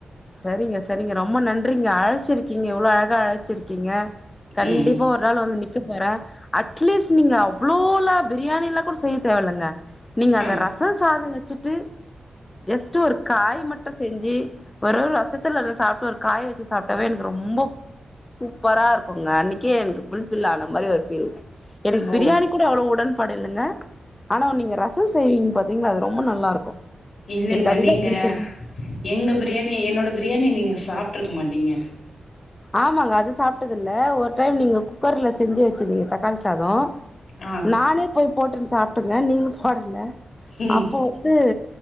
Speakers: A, on the left; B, on the left.
A: சரிங்க சரிங்க ரொம்ப நன்றிங்க அழ்ச்சிருக்கீங்க இவ்ளோ அழகா அழ்ச்சிருக்கீங்க கண்டிப்பா
B: ம்
A: ஒரு நாள் வந்து நிக்க போறே அட்லீஸ்ட் நீங்க அவ்ளோலா பிரியாணிலா கூட செய்ய தேவல்லங்க நீங்க அந்த
B: ஆ
A: ரச சாதோ வெச்சிட்டு ஜஸ்ட்டு ஒரு காய் மட்டு செஞ்சி வெறு ரசத்த நல்லா சாப்ட்டு ஒரு காய் வெச்சி சாப்ட்டாவே எனக்கு ரொம்போ சூப்பராருக்குங்க அன்னிக்கே எனக்கு ஃபுல்ஃபில் ஆன மாரி ஒரு ஃபீல் எனக்
B: ஓ
A: பிரியாணி கூட அவ்ளோ உடன்பாடு இல்லங்க ஆனா நீங்க ரசோ செய்வீங்க பாத்தீங்ளா அது ரொம்போ நல்லாருக்கு
B: இல்லைங்க
A: எனக்கு அதுதா
B: நீங்க
A: புடிச்சது
B: எங்க பிரியாணி என்னோட பிரியாணிய நீங்க சாப்ட்ருக்க மாட்டீங்க
A: ஆமாங்க அது சாப்ட்டதில்ல ஒரு டைம் நீங்க குக்கர்ல செஞ்சு வெச்சிர்தீங்க தக்காளி சாதோ
B: ஆ
A: நானே போய் போட்டுன் சாப்ட்டங்க நீங்க போடல
B: ம்
A: அப்போ வந்து